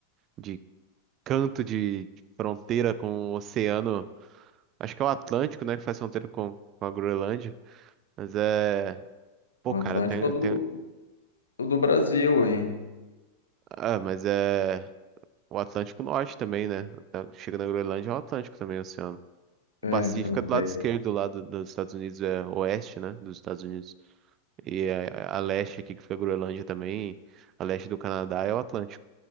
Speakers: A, on the right (about 35°); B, on the left (about 70°).
A: de canto de, de fronteira com o oceano. Acho que é o Atlântico, né, que faz fronteira com, com a Groenlândia. Mas é. Pô,
B: O
A: cara,
B: Atlântico
A: tem,
B: é o do,
A: tem.
B: o do Brasil aí.
A: Ah, mas é. O Atlântico Norte também, né? Tá- Chega na Groenlândia, é o Atlântico também, é o oceano. O
B: É,
A: Pacífico
B: tu não
A: é do
B: sei.
A: lado esquerdo, do lado dos Estados Unidos, é oeste, né? Dos Estados Unidos. E a, a leste aqui, que fica a Groenlândia também, a leste do Canadá é o Atlântico.